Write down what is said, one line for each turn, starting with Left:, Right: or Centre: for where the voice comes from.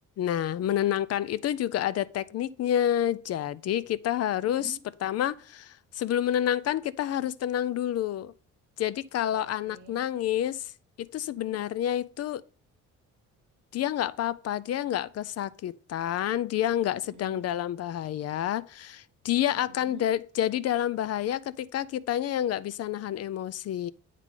Left: Nah, menenangkan itu juga ada tekniknya. Jadi, kita harus
Right: Mm-mm.
Left: pertama Sebelum menenangkan, kita harus tenang dulu. Jadi kalau
Right: Oke.
Left: anak nangis, itu sebenarnya
Right: Mm-mm.
Left: itu dia nggak apa-apa, dia nggak kesakitan, dia nggak
Right: Mm-mm.
Left: sedang dalam bahaya. Dia
Right: Mm-mm.
Left: akan da- jadi dalam bahaya ketika kitanya yang nggak bisa nahan emosi.